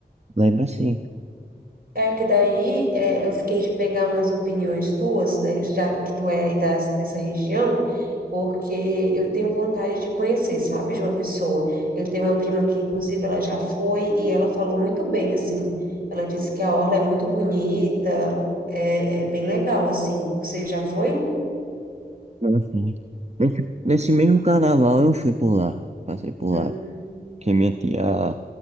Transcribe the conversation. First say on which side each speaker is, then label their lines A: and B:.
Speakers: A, on the right; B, on the right.
A: Lembra assim.
B: É que daí é, eu fiquei de pegar umas opiniões tuas, né? Já que tu é aí das, dessa região, porque eu tenho vontade de conhecer, sabe, João Pessoa? Eu tenho uma prima que, inclusive, ela já foi e ela falou muito bem, assim. Ela disse que a orla é muito bonita, é, é bem legal, assim. Você já foi?
A: Lembra assim. Nesse, nesse mesmo carnaval eu fui por lá. Passei por
B: Uhum.
A: lá. Que minha tia,